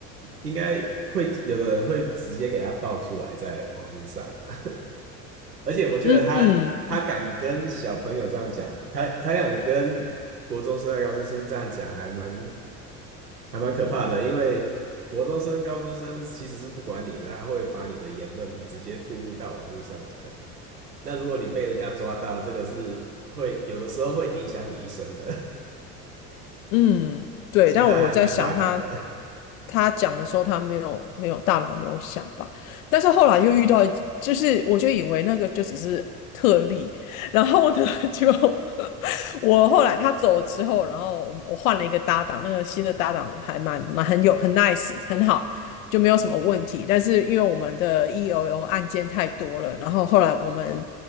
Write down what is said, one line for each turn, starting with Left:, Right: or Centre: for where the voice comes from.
Right: 应该会有的人会直接给他报出来在网络上啊而且我觉得他他敢跟小朋友这样讲，
Left: 嗯嗯
Right: 他他敢跟国中生和高中生这样讲，还蛮。还蛮可怕的，因为国中生、高中生其实是不管你的，他会把你的言论直接铺露到网络上的。那如果你被人家抓到，这个是会有的时候会影响你一生的，
Left: 嗯，
Right: <laughs>
Left: 对，
Right: 所以他还蛮大胆的。
Left: 但我在想他，他讲的时候，他没有没有大脑没有想吧，但是后来又遇到就是我就以为那个就只是特例，然后呢，就 <laughs> 我后来他走了之后，然后我我换了一个搭档，那个新的搭档还蛮蛮很有很 nice 很好，就没有什么问题。但是因为我们的 EOL 案件太多了，然后后来我们